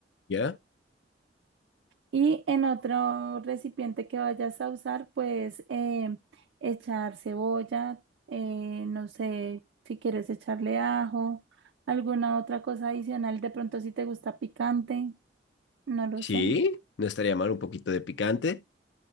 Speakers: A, on the left; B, on the right.
A: ¿Ya?
B: Y en otro recipiente que vayas a usar, pues eh, echar cebolla, eh, no sé si quieres echarle ajo, alguna otra cosa adicional, de pronto si te gusta picante, no lo
A: Sí,
B: sé.
A: no estaría mal un poquito de picante.